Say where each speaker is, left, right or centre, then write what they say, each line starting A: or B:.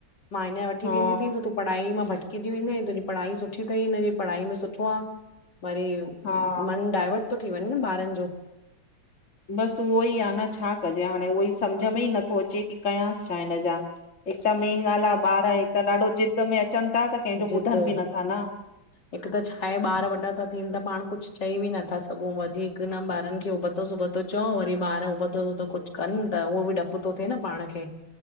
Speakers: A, on the left; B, on the left.
A: मां हिंञ़र वठी
B: हा
A: ॾींदीसंई त तूं पढ़ाई मां भटकिॼी वेंदे तुंहिंॼी पढ़ाई सुठी तई हिनॼी पढ़ाई में सुठो आ वरी
B: हा
A: मन डाइवर्ट तो थी वंञें न ॿारनि ॼो
B: ॿसि उहो ई आ न छा कॼे हाणें उहोई सम्झ में ई नथो अचे कि कयांसि छा हिन ॼा हिक त मेन ॻाल्हि आ ॿार हिकु त ॾाढो ज़िद में अचनि ता त कंहिंजो
A: जिद
B: ॿुधनि ॿि नथा न।
A: हिक त छा हे ॿार वॾा ता थियनि त पांण कुछु चई बि नथा सघूं वधीक कि न ॿारनि खे उबतो सिबतो चओ वरी ॿार उबतो सुबतो कुछ कनि त उहो ॿि डृपु थो थिए न पांण खे।